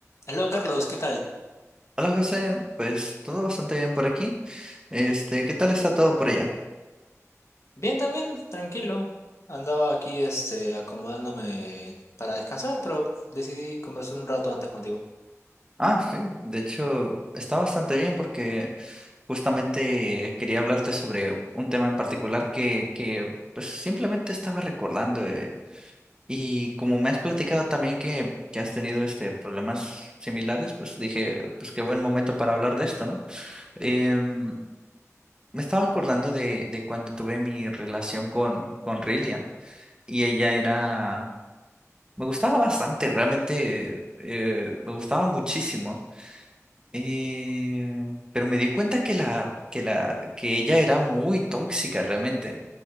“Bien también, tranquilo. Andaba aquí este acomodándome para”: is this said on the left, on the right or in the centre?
Left